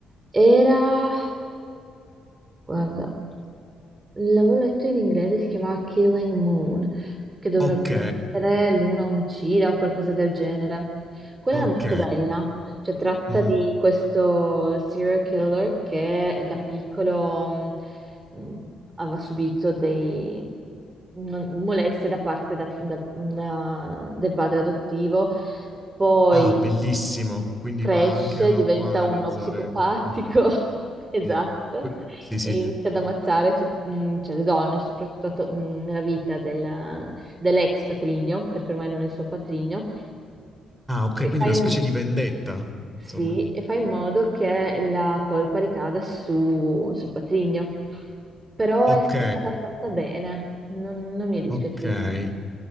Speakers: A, on the right (about 25°); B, in the centre.
A: era... guarda. L'avevo letto in inglese, si chiamava Killing Moon, che dovrebbe
B: Ok,
A: essere Luna omicida o qualcosa del genere. Quella
B: ok.
A: era molto bella, cioè tratta
B: Mhm.
A: di questo serial killer che da piccolo mh, mh, aveva subito dei non- molestie da parte da- da- da- del padre adottivo, poi
B: Ah, bellissimo. Quindi
A: cresce,
B: va anche una-
A: diventa
B: un po' a analizzare...
A: uno psicopatico,
B: Mm,
A: <laughs> esatto,
B: Sì. Que- sì, sì.
A: e inizia ad ammazzare tut- mm, cioè, le donne, soprattutto atto- mm, nella vita della- dell'ex patrigno, perché ormai non è il suo patrigno,
B: Ah, ok,
A: e
B: quindi
A: fa
B: una
A: in,
B: specie
A: mo-
B: di vendetta, insomma.
A: sì, e fa in modo che la colpa ricada su- sul patrigno. Però
B: Ok,
A: è scritto abbastanza bene, non, non mi è dispiaciuto.
B: ok.